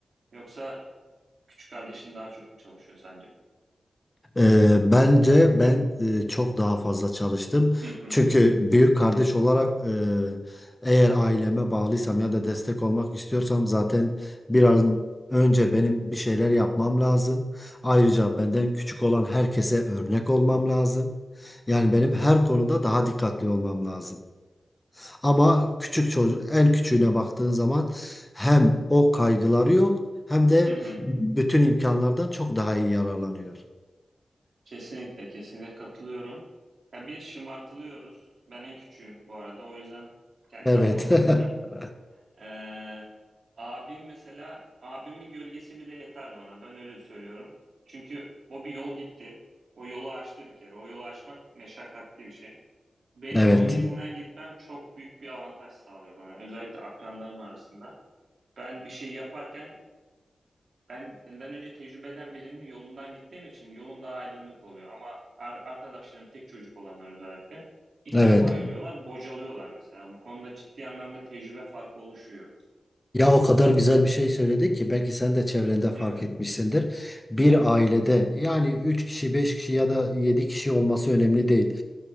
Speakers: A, on the right; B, on the left.
A: yoksa küçük kardeşin daha çok mu çalışıyor sence?
B: Ee, bence ben e, çok daha fazla çalıştım.
A: Hı hı
B: Çünkü büyük kardeş olarak e, eğer aileme bağlıysam ya da destek olmak istiyorsam zaten biraz önce benim bir şeyler yapmam lazım. Ayrıca benden küçük olan herkese örnek olmam lazım. Yani benim her konuda daha dikkatli olmam lazım. Ama küçük çocuk en küçüğüne baktığın zaman hem o kaygıları yok hem de
A: hı hı.
B: bütün imkanlardan çok daha iyi yararlanıyor.
A: Kesinlikle, kesinlikle katılıyorum. Ya bir şımartılıyoruz. Ben en küçüğüm bu arada. O yüzden kendi
B: Evet.
A: adıma konuşacağım.
B: <laughs>
A: Ee, abim mesela, abimin gölgesi bile yeter bana. Ben öyle söylüyorum. Çünkü o bir yol gitti. O yolu aştı bir kere. O yolu aşmak meşakkatli bir şey. Benim
B: Evet.
A: onun izinden gitmem çok büyük bir avantaj sağlıyor bana. Özellikle akranlarım arasında. Ben bir şey yaparken ben benden önce tecrübeden birinin yolundan gittiğim için yolum daha aydınlık oluyor. Ama ar- arkadaşlarım tek çocuk olanlar özellikle ilk
B: Evet.
A: defa yürüyorlar, bocalıyorlar mesela. Bu konuda ciddi anlamda tecrübe farkı oluşuyor.
B: Ya o kadar güzel bir şey söyledi ki belki sen de çevrende fark
A: Hı hı.
B: etmişsindir. Bir ailede yani 3 kişi, 5 kişi ya da 7 kişi olması önemli değil.